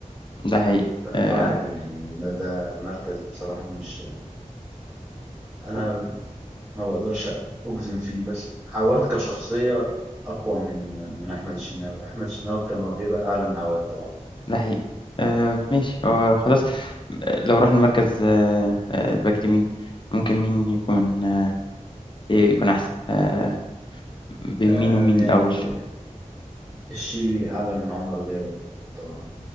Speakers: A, on the left; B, on the right.
A: ده حقيقي
B: ف- فعادي
A: آه،
B: يعني ده ده مركز بصراحة مش أنا ما بقدرش أجزم فيه بس عواد كشخصية أقوى من من أحمد الشناوي أحمد الشناوي كموهبة أعلى من عواد طبعا
A: ده حقيقي آه ماشي هو خلاص لو رحنا المركز آه آه الباك اليمين ممكن مين يكون آه إيه يكون أحسن آه بين
B: آه
A: مين ومين
B: يعني
A: الأول
B: الشيبي أعلى من عمر جابر طبعا